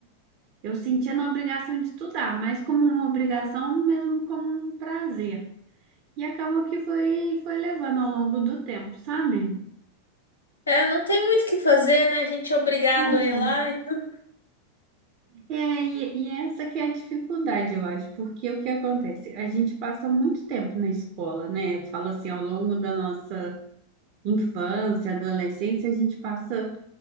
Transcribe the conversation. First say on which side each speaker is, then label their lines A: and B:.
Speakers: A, on the right (about 40°); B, on the left (about 75°).
A: eu sentia na obrigação de estudar, mas como uma obrigação mesmo como um prazer. E acabou que foi foi levando ao longo do tempo, sabe?
B: É, não tem muito o que fazer, né? A gente é obrigado
A: É,
B: a ir lá. Então,
A: É, e, e essa que é a dificuldade, eu acho, porque o que acontece? A gente passa muito tempo na escola, né? Eu falo assim, ao longo da nossa infância, adolescência, a gente passa